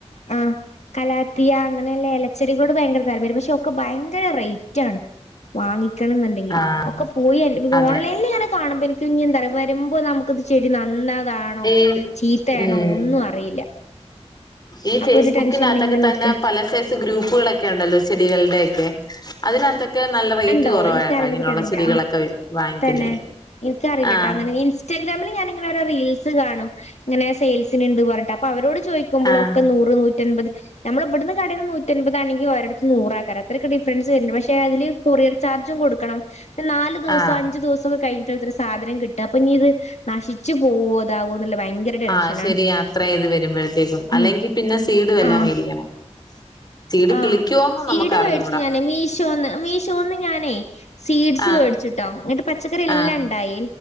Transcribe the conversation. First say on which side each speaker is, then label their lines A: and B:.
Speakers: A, on the left (about 80°); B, on the left (about 35°).
A: ആഹ് കലാത്തിയ അങ്ങനെയുള്ള ഇലച്ചെടികളോട് ഭയങ്കര താല്പര്യം പക്ഷെ ഒക്കെ ഭയങ്കര റേറ്റ് ആണ് വാങ്ങിക്കണം എന്നുണ്ടെങ്കിൽ
B: ആഹ്
A: ഒക്കെ പോയി ഇത്
B: അതെ
A: ഓൺലൈനിൽ ഇങ്ങനെ കാണും പിന്നെ കുഞ്ഞും തറ വരുമ്പോ നമുക്കത് ചെടി നന്നതാണോ
B: ഈ
A: ചീത്തയാണോ
B: ഉം
A: ഒന്നും അറിയില്ല
B: ഈ ഫേസ്ബുക്കിനകത്തൊക്കെ
A: അപ്പൊ ഒരു ടെൻഷനിൽ ഇങ്ങനെ
B: തന്നെ
A: നിക്ക
B: പല ഗ്രൂപ്പുകളൊക്കെ ഉണ്ടല്ലോ ചെടികളുടെ ഒക്കെ അതിനകത്തെ ഒക്കെ നല്ല റേറ്റ്
A: ഉണ്ടോ
B: കുറവായിട്ടോ
A: എനിക്ക് അതിനെ
B: ഇങ്ങനെയുള്ള
A: പറ്റി അറിയില്ല
B: ചെടികളൊക്കെ
A: ആ
B: വാങ്ങിക്കുന്നതിന്
A: തന്നെ എനിക്കറിയില്ലട്ടോ
B: ആഹ്
A: അങ്ങനെ ഇൻസ്റ്റാഗ്രാമിൽ ഞാനിങ്ങനെ ഓരോ റീൽസ് കാണും ഇങ്ങനെ സെയിൽ സിനുണ്ട് പറഞ്ഞട്ട് അപ്പോ അവരോട് ചോദിക്ക ക്കുമ്പോളൊക്കെ
B: ആഹ്
A: നൂറ് നൂറ്റി നൂറ്റൻപത് നമ്മള് ഇവിടുന്ന് കടേന്ന് നൂറ്റൻപതാണെങ്കിൽ ഒരടുത്ത് നൂറ അത്രൊക്കെ ഡിഫറൻസ് വരുന്നുണ്ട് പക്ഷെ അതില് കൊറിയർ ചാർജും കൊടുക്കണം നാല് ദിവസം
B: ആഹ്
A: അഞ്ചു ദിവസക്കെ കഴിയും <unintelligible> സാധനം കിട്ടാ അപ്പൊ ഇനി ഇത് നശിച്ചു പോവോ ഇതാവുമോ എന്നുള്ള ഭയങ്കര ടെൻഷനാണ്
B: ആഹ് ശരിയാ അത്രയും ഇത് വരുമ്പോഴത്തേക്കും അല്ലെങ്കി
A: ഉം
B: പിന്നെ സീട് വല്ലോം
A: ആഹ്
B: മേടിക്കണം സീഡ്
A: ആഹ്
B: കിളിക്കുവോന്ന്
A: സീട്
B: നമുക്ക് അറിഞ്ഞൂടാ
A: മേടിച്ചു ഞാന് മീശോന്ന് മീശോന്ന് ഞാനേ സീഡ്സ്
B: ആഹ്
A: വേടിച്ചിട്ടോ എന്നിട്ട് പച്ചക്കറി എല്ലാം
B: ആഹ്
A: ഉണ്ടായി